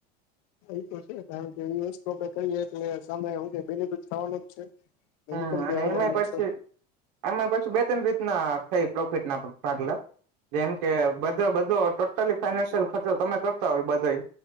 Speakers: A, on the left; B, on the right.
A: એ તો છે કારણ કે એ વસ્તુ આપડે કરીય એટલે સામે હું ક બેને ક ખાવાનું જ છે
B: હમ
A: ઇન્કમ ભી
B: અને
A: આવવાની
B: એમાં
A: જ
B: પછી
A: છે
B: એમાં પછી બે ત્રણ રીતના થઈ પ્રોફિટ ના ભાગલા જેમ કે બધો બધો ટોટલી ફાઈનાન્શિયલ ખર્ચો તમે કરતા હોય બધો